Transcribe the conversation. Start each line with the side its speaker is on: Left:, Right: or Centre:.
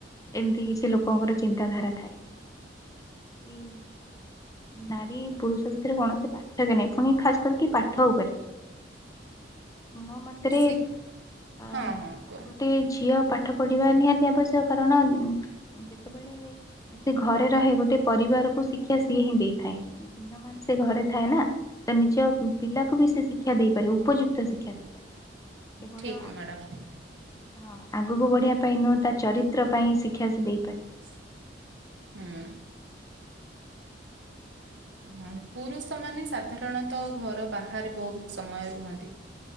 Left: ଏମିତି କିଛି
Right: ହୁଁ
Left: ଲୋକଙ୍କର ଚିନ୍ତାଧାରା ଥାଏ। କି ନାରୀ ପୁରୁଷ ଭିତରେ କୌଣସି ପ୍ରାର୍ଥକ୍ୟ ନାଇ। ଫୁଣି ଖାସ୍ କରିକି ପାଠ ଉପରେ ମୋ ମତରେ
Right: ଶି
Left: ଆ ତ
Right: ହଁ ହଁ କୁହନ୍ତୁ
Left: ଗୋଟେ ଝିଅ ପାଠ ପଢିବା ନିହାତି ଆବଶ୍ୟକ କାରଣ ଉଁ, ଯେତେ ବେଳେ ଏ ସେ ଘରେ ରହେ ଗୋଟେ ପରିବାରକୁ ଶିକ୍ଷା ସିଏ ହିଁ ଦେଇଥାଏ। <inaudible> ଦିନ ମାନ ସେ ଘରେ ଥାଏ ନା, ତ ନିଜ ପିଲାକୁ ବି ସେ ଶିକ୍ଷା ଦେଇପାରିବ ଉପଯୁକ୍ତ ଶିକ୍ଷା ଦେଇପାରିବ। କେବଳ
Right: ଠିକ୍
Left: ଆ
Right: ମ୍ୟାଡାମ ହୁଁ।
Left: ହଁ ଆଗକୁ ବଢିବା ପାଇଁ ନୁହଁ, ତା ଚରିତ୍ର ପାଇଁ ଏଇ ଶିକ୍ଷା ସେ ଦେଇପାରିବ।
Right: ହୁଁ। ଉଁ ହଁ ପୁରୁଷ ମାନେ ସାଧାରଣତ ଘର ବାହାରେ ବହୁତ ସମୟ ରୁହନ୍ତି।